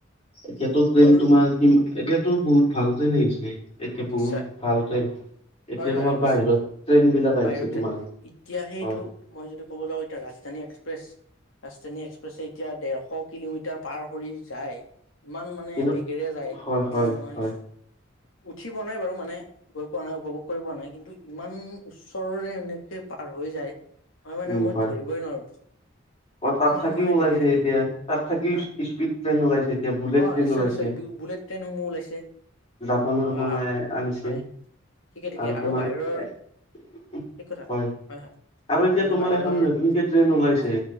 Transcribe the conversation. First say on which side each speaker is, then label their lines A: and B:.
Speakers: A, on the left (about 30°); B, on the left (about 85°).
A: এতিয়াতো ট্ৰেইন
B: আৰু
A: তোমাৰ কি এতিয়াতো বহুত ভাল ট্ৰেইন আহিছে এতিয়া বহুত
B: নিশ্চয়
A: ভাল ট্ৰেইন। এতিয়া
B: হয় হয়
A: তোমাৰ
B: হয় নিশ্চয়
A: বাহিৰত
B: নিশ্চয়
A: ট্ৰেইন বিলাক আহিছে
B: বাহিৰৰ ট্ৰেইন
A: তোমাৰ
B: এতিয়া সেইটো।
A: হয়
B: মই যদি ক'ব যাওঁ এতিয়া ৰাজধানী এক্সপ্ৰেছ। ৰাজধানী এক্সপ্ৰেছে এতিয়া ডেৰশ কিলোমিটাৰ পাৰ কৰি যায় ইমান মানে
A: কিন্তু
B: বেগেৰে যায়
A: হয়
B: মানে
A: হয়
B: মই
A: হয়
B: উঠি পোৱা নাই বাৰু মানে গৈ পোৱা নাই উপভোগ কৰিব পোৱা নাই কিন্তু ইমান ওচৰৰে এনেকে পাৰ হৈ যায়। হয় মানে
A: উম
B: মই
A: হয়
B: ধৰিবই নোৱাৰো।
A: অ তাত
B: ইমান
A: থাকিও
B: মানে
A: ওলাইছে
B: বেগেৰে
A: এতিয়া
B: যায়
A: তাত থাকি
B: হা
A: স্পীড ট্ৰেইন ওলাইছে এতিয়া বুলেট
B: অ
A: ট্ৰেইন
B: নিশ্চয়
A: ওলাইছে
B: নিশ্চয় বুলেট ট্ৰেইনসমূহ ওলাইছে।
A: জাপানৰ
B: বা
A: বনাই আনিছে
B: হয় ঠিকে ঠিকে
A: আৰু তোমাৰ
B: বাহিৰৰ
A: এ হয়
B: ঠিক কথা হয় হয়
A: আৰু এতিয়া
B: মানে
A: তোমাৰ
B: বাহিৰৰ
A: এখন নতুনকে ট্ৰেইন ওলাইছে।
B: হয়